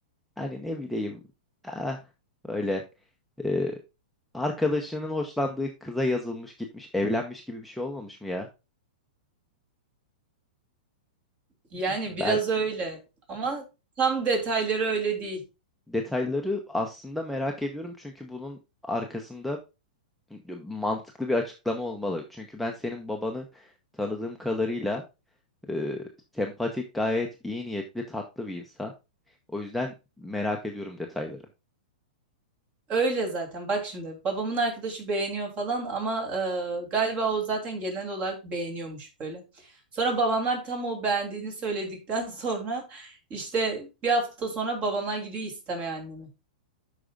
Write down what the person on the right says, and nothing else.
yani
biraz öyle ama tam detayları öyle değil.
Öyle zaten bak şimdi babamın arkadaşı beğeniyor falan ama e, galiba o zaten genel olarak beğeniyormuş böyle. Sonra babamlar tam o beğendiğini söyledikten <laughs> sonra işte bir hafta sonra babamlar gidiyor istemeye annemi.